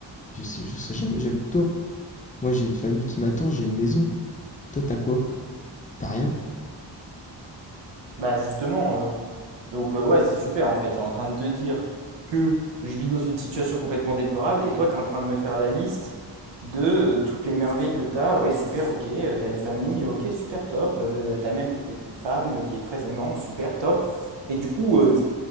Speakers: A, on the left; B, on the right.
A: je sais, je serais jamais jaloux de toi. Moi, j'ai une famille qui m'attend, j'ai une maison. Toi, t'as quoi? T'as rien.
B: Bah justement, euh, Donc euh, ouais, c'est super en fait. Je suis en train de te dire que je vis dans une situation complètement déplorable et toi, tu es en train de me faire la liste de euh, toutes les merveilles que tu as. Ouais, super, ok. Euh, t'as une famille, ok, super, top. Euh, bah, t'as même peut-être une femme euh, qui est très aimante, super, top. Mais du coup, euh,